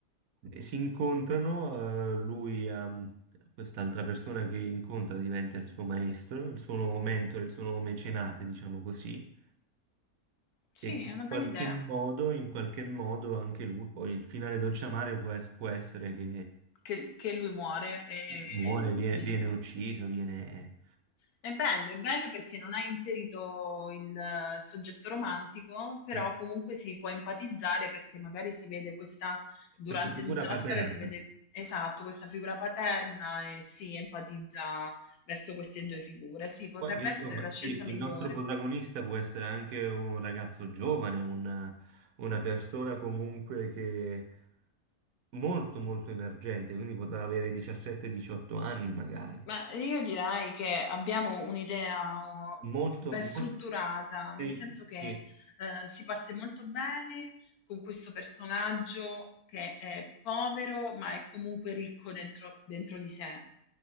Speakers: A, on the right (about 70°); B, on the left (about 80°).
A: E si incontrano, eh, lui ha quest'altra persona che incontra diventa il suo maestro, il suo nuovo mentore, il suo nuovo mecenate, diciamo così,
B: Sì,
A: e che
B: è
A: in
B: una bella
A: qualche
B: idea.
A: modo, in qualche modo anche lui, poi il finale dolciamare può, es- può essere che
B: Che, che lui muore e
A: muore, vie-
B: il-
A: viene, ucciso, viene...
B: È bello, è bello perché non hai inserito il eh, soggetto romantico, però
A: eh,
B: comunque si può empatizzare perché magari si vede questa, durante
A: questa figura
B: tutta
A: paterna.
B: la storia si vede esatto questa figura paterna e si empatizza verso queste due figure. Sì, potrebbe
A: Poi, insomma,
B: essere la
A: sì,
B: scelta migliore.
A: il nostro protagonista può essere anche un ragazzo giovane, un- una persona comunque che molto molto emergente, quindi poteva avere 17-18 anni magari.
B: Ma io direi che abbiamo un'idea uh,
A: Molto,
B: ben
A: molto...
B: strutturata, nel
A: Sì,
B: senso che
A: sì,
B: eh, si parte molto bene con questo personaggio che è povero ma è comunque ricco dentro, dentro di sé.